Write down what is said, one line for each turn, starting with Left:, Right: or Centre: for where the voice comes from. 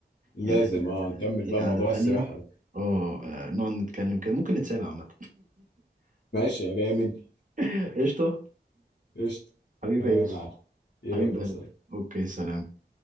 Left: لازم
Right: يعني
Left: اه نكمل
Right: لينا
Left: بقى موضوع
Right: قعده تانية
Left: السباحه ده
Right: اه آه، نقعد نتكلم كده ممكن نتسابق عامه
Left: ماشي انا جاي مني
Right: <laughs> قشطه
Left: قشطه
Right: حبيبي
Left: تمام
Right: يا يوسف
Left: يا معلم يلا
Right: حبيب قلبي
Left: سلام
Right: اوكي سلام